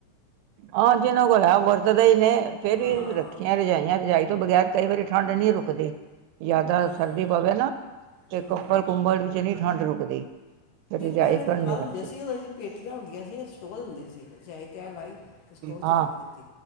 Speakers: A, on the right; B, on the left.
A: ਹਾਂ ਜਿਹਨਾਂ ਕੋਲ ਹੈ। ਵਰਤਦਾ ਹੀ ਨੇ ਫੇਰ
B: ਹਾਂ
A: ਵੀਰੱਖੀਆਂ ਰਜਾਈਆਂ ਰਜਾਈ। ਤੋਂ ਬਗੈਰ ਕਈ ਵਾਰੀ ਠੰਡ ਨਹੀਂ ਰੁਕਦੀ। ਜ਼ਿਆਦਾ
B: ਹੂੰ
A: ਸਰਦੀ ਪਵੇ ਨਾ ਤੇ
B: ਹੂੰ
A: ਕੱਪਲ, ਕੁੰਬਲ ਵਿੱਚ ਨ ਠੰਡ ਨਹੀ ਰੁਕਦੀ। ਫਿਰ ਰਜਾਈ
B: ਪਹਿਲੇ ਮੁਕਾਨ
A: ਕਰਨੀ
B: ਹੁੰਦੇ
A: ਪੈਂਦੀ
B: ਸੀ ਉਹਦੇ ਪੇਟੀਆਂ ਹੁੰਦੀਆਂ ਸੀ ਸਟੋਰ ਹੁੰਦੇ ਸੀ ਰਜਾਈ ਤੈ ਲਾਈ। ਸਟੋਰ ਚ
A: ਹਾਂ
B: ਰੱਖ ਦਿੱਤੀ